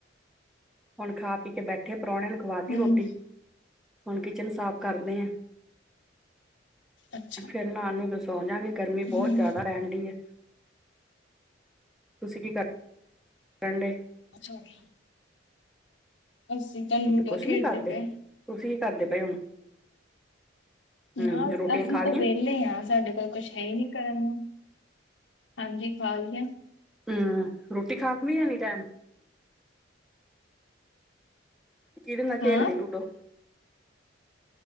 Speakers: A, in the centre; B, on the left (about 90°).
A: ਹੁਣ ਖਾ ਪੀ ਕੇ ਬੈਠੇਏ ਪਰੋਣਿਆ ਨੂੰ ਖਵਾ ਤੀ
B: ਹੂੰ
A: ਰੋਟੀ ਹੁਣ ਕਿਚਨ ਸਾਫ਼ ਕਰਦੇ ਐ।
B: ਅੱਛਾ
A: ਫਿਰ ਨਾ ਆ ਨੂੰ ਕੇ ਸੌ ਜਾਂਗੇ ਗਰਮੀ
B: ਹੂੰ
A: ਬਹੁਤ ਜ਼ਿਆਦਾ ਰਹਿਣ ਡੀ ਐ ਤੁਸੀਂ ਕੀ ਕਰਦੇ ਪੜ੍ਹ ਡੇ
B: ਅੱਛਾ ਉਫਸ਼ਨ ਅਸੀਂ ਤਾਂ ਲੂਡੋ
A: ਤੁਸੀਂ ਕੁਛ
B: ਖੇਡਦੇ
A: ਨੀ ਕਰਦੇ
B: ਪਏ ਐ
A: ਤੁਸੀਂ ਕੀ ਕਰਦੇ ਪਏ ਹੁਣ ਹਮ
B: ਨਾ ਅ
A: ਰੋਟੀਆਂ
B: ਅਸੀਂ
A: ਖਾ
B: ਤਾਂ
A: ਲਈਆਂ
B: ਵਿਹਲੇ ਆ ਸਾਡੇ ਕੋਲ ਕੁਛ ਹੈ ਨੀ ਕਰਨ ਨੂੰ ਹਾਂਜੀ ਫਾਲੀਆਂ
A: ਹੂੰ ਰੋਟੀ ਖਾ ਨੂੰ ਵੀ ਹਣੀ ਈ ਟਾਈਮ ਕਿੜੇ ਨਾਲ ਖੇਡਦੇ
B: ਹਾਂ
A: ਲੂਡੋ ਓ